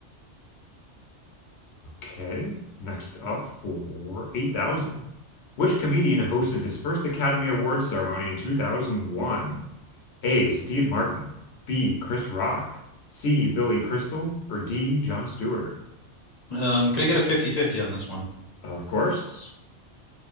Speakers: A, on the left (about 70°); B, on the left (about 40°).
A: Okay. Next up for 8,000. Which comedian hosted his first Academy Awards ceremony in 2001? A. Steve Martin. B. Chris Rock. C. Billy Crystal. Or D. Jon Stewart.
B: Um, gonna get a fifty-fifty on this one.
A: Of course,